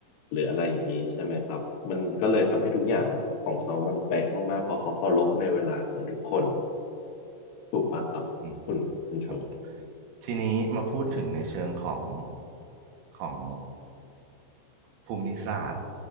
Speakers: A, on the left; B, on the right.
A: หรืออะไรอย่างนี้ใช่ไหมครับมันก็เลยทำให้ทุกอย่างแบบของเขามันเป๊ะมากๆเพอเขาเคารพในเวลาของทุกคนถูกปะครับคุณคุณชงอืม
B: อืมครับ ทีนี้มาพูดถึงในเชิงของของภูมิศาสตร์